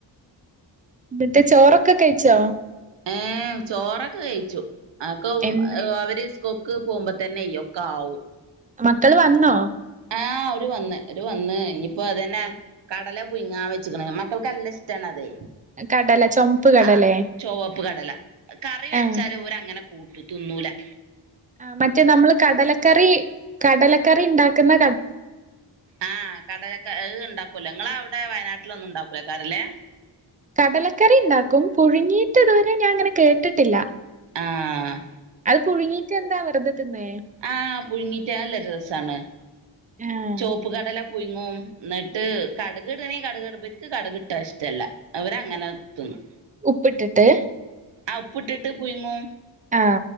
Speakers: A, on the right (about 20°); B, on the right (about 70°).
A: ന്നിട്ട് ചോറൊക്കെ കഴിച്ചോ?
B: ഏ ചോറൊക്കെഴിച്ചു. അക്കവും
A: എന്ത
B: അവര് കൊക്ക് പോമ്പത്തന്നെ യിയൊക്കെ ആവും.
A: മക്കള് വന്നോ?
B: ആ ഓര് വന്ന് ഒര് വന്ന് ഇനിയിപ്പതന്നെ കടല പുയ്ങ്ങാൻ വെച്ച്ക്കണ് മക്കൾക്കല്ല ഇഷ്ട്ടാണതെ.
A: കടല ചൊമപ്പ് കടലേ
B: ആ ചൊവപ്പ് കടല കറി വെച്ചാൽ
A: ആഹ്
B: ഓരങ്ങനെ കൂട്ടിതിന്നൂലാ.
A: ആ മറ്റേ നമ്മള് കടലക്കറി കടലക്കറി ണ്ടാക്ക്‌ന്ന
B: ആ കടലക്കെ ഏണ്ടാക്കൂലോ ങ്ങളവിടെ വയനാട്ടിലൊന്നു ണ്ടാക്കൂലകരലെ?
A: കടലക്കറി ണ്ടാക്കും പുഴുങ്ങിയിട്ട് ഇതുവരെ ഞാൻ അങ്ങനെ കേട്ടിട്ടില്ല
B: ആഹ്
A: അത് പുഴുങ്ങിട്ടെന്താ വെറുതെ തിന്നെ?
B: ആ പുഴിങ്ങിട്ട് അല്ലെ രസാണ്.
A: ആഹ്
B: ചോപ്പ് കടല പുയ്ങ്ങും ന്നിട്ട് കടകിടണെ കടകിടബെനിക്ക് കടുകിട്ടാ ഇഷ്ട്ടല്ല. അവരങ്ങനെ തിന്നും.
A: ഉപ്പിട്ടിട്ട്
B: ആ ഉപ്പ്ട്ട്ട്ട് പുയ്ങ്ങും
A: ആ